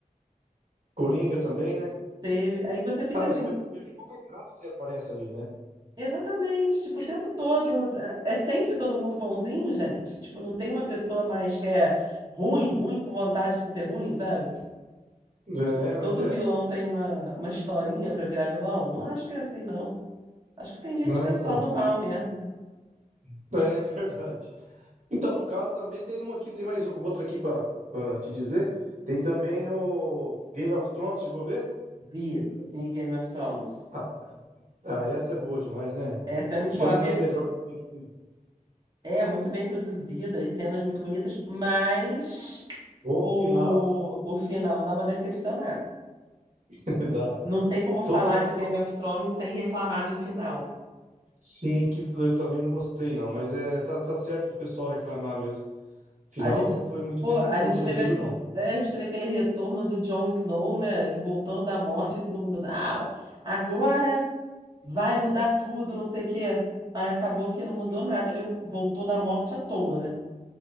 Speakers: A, on the right; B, on the right.
A: Coringa também, né?
B: teve. Aí você fica
A: Ah, mas
B: assim,
A: perde um pouco a graça se aparece ali, né?
B: exatamente, tipo, o tempo todo. É é sempre todo mundo bonzinho, gente. Tipo, não tem uma pessoa mais que é ruim, ruim com vontade de ser ruim, sabe?
A: É,
B: Tipo,
A: mas
B: todo
A: é.
B: vilão tem uma, uma historinha pra virar vilão. Não acho que é assim, não. Acho que tem gente
A: Ah,
B: que é
A: então.
B: só do mal mesmo.
A: <laughs> É verdade. Então, no caso, também tem uma aqui, tem mais outra aqui pra pra te dizer. Tem também o Game of Thrones, chegou a ver?
B: Vi, vi Game of Thrones.
A: Ah, ah, essa é boa demais, né?
B: Essa é muito
A: Acho
B: boa.
A: que é uma
B: Ape-
A: das melhores também que tem.
B: É muito bem produzida, as cenas muito bonitas, mas
A: O
B: o,
A: final
B: o final dá uma decepcionada.
A: <laughs> dá.
B: Não tem como falar
A: Todo mundo
B: de Game
A: fala
B: of
A: isso.
B: Thrones sem reclamar do final.
A: Sim, que eu também não gostei, não, mas é, tá, tá certo do pessoal reclamar mesmo. Final
B: A gente,
A: não foi muito
B: pô,
A: bem
B: a gente
A: produzido,
B: teve,
A: não.
B: é, a gente teve aquele retorno do Jon Snow, né? Ele voltando da morte e todo mundo, não, agora vai mudar tudo, não sei o quê. Aí acabou que não mudou nada, ele vo- voltou da morte à toa, né?